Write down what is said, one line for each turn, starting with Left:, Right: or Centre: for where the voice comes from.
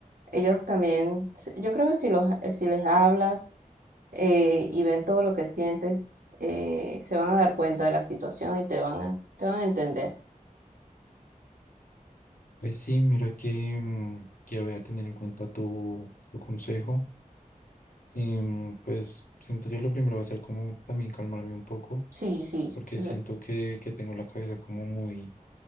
Right: ellos también, s- yo creo que si los, eh, si les hablas eh, y ven todo lo que sientes, eh, se van a dar cuenta de la situación y te van a, te van a entender.
Left: Pues sí, mira que, mm, que voy a tener en cuenta tu, tu consejo. Em, pues siento que lo primero va a ser como también calmarme un poco,
Right: Sí, sí,
Left: porque
Right: re-
Left: siento que, que tengo la cabeza como muy,